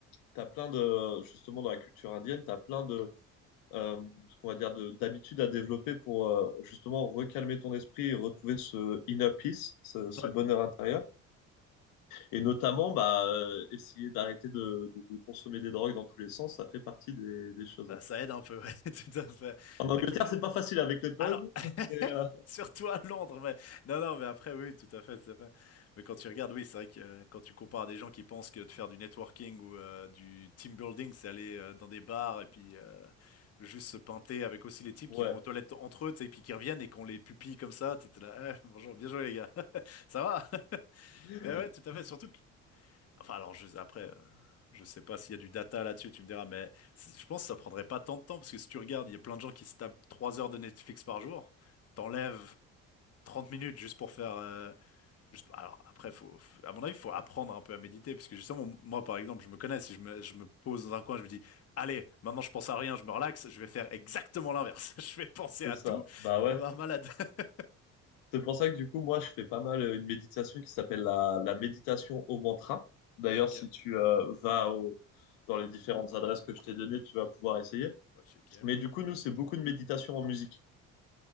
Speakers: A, on the left; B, on the left.
A: t'as plein de justement dans la culture indienne, t'as plein de euh, ce qu'on va dire de d'habitudes à développer pour euh, justement recalmer ton esprit et retrouver ce inner peace, ce, ce
B: Ouais.
A: bonheur intérieur. Et notamment, bah euh, essayer d'arrêter de, de, de consommer des drogues dans tous les sens, ça fait partie des, des choses.
B: Bah, ça aide un peu, ouais, <laughs> tout à fait.
A: En Angleterre,
B: Ok, ouais.
A: c'est pas facile avec les pubs,
B: Alors, <laughs>
A: <laughs> mais euh,
B: surtout à Londres, mais non, non, mais après, oui, tout à fait, tout à fait. Mais quand tu regardes, oui, c'est vrai que euh, quand tu compares à des gens qui pensent que de faire du networking ou euh, du team building, c'est aller euh, dans des bars et puis euh, juste se pinter avec aussi les types
A: ouais,
B: qui vont aux toilettes entre eux, tu sais, et puis qui reviennent et qu'on les pupille comme ça, tu sais, t'es là, Eh, bonjour, bien joué les gars, <laughs> ça va? <laughs>
A: <laughs>
B: Mais ouais, tout à fait, surtout que... Enfin, alors, je, après, euh, je sais pas s'il y a du data là-dessus, tu me diras, mais c- je pense que ça prendrait pas tant de temps, parce que si tu regardes, il y a plein de gens qui se tapent 3 heures de Netflix par jour, t'enlèves 30 minutes juste pour faire. euh, juste- Alors après, faut, faut- à mon avis, il faut apprendre un peu à méditer parce que justement, moi par exemple, je me connais. Si je me, je me pose dans un coin, je me dis, allez, maintenant je pense à rien, je me relaxe, je vais faire exactement l'inverse. <laughs> Je vais penser
A: c'est
B: à
A: ça.
B: tout
A: Bah ouais.
B: comme un malade. <laughs>
A: C'est pour ça que du coup, moi, je fais pas mal euh, une méditation qui s'appelle la, la méditation au mantra. D'ailleurs,
B: Ok,
A: si tu euh, vas au- dans les différentes adresses que je t'ai données, tu vas pouvoir essayer.
B: on va checker.
A: Mais du coup, nous, c'est beaucoup de méditation en musique.